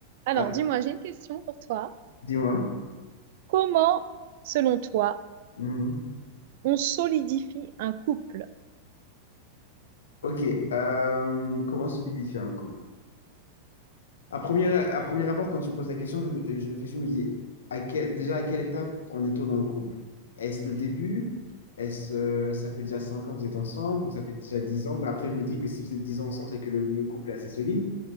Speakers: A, on the right; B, on the left.
A: Alors,
B: Ah,
A: dis-moi, j'ai une question pour toi.
B: dis-moi.
A: Comment, selon toi,
B: Mhm.
A: on solidifie un couple?
B: Ok. euh, comment solidifier un couple? À premier, à premier abord, quand tu me poses la question, je, me- je réfléchis, je me dis à quel- déjà à quelle étape on est-on dans le couple? Est-ce le début? Est-ce euh, ça fait déjà 5 ans que vous êtes ensemble? Ou ça fait déjà 10 ans? Mais après, je me dis que si vous êtes 10 ans ensemble, c'est que le, le couple est assez solide.